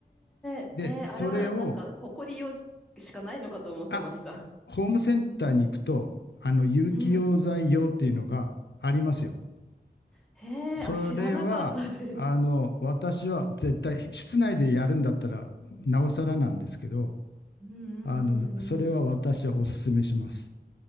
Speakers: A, in the centre; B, on the left.
A: え、
B: で、
A: へえ、
B: それを、
A: あれはなんか、誇りよしかないのかと思ってました。
B: あ、ホームセンターに行くと、あの、有機溶剤用っていうのがありますよ。
A: うん。へえ、
B: それは、
A: あ、知らなかったです。
B: あの、私は絶対、室内でやるんだったら、なおさらなんですけど、
A: うん
B: あの、それは私はおすすめします。
A: うんうんうん。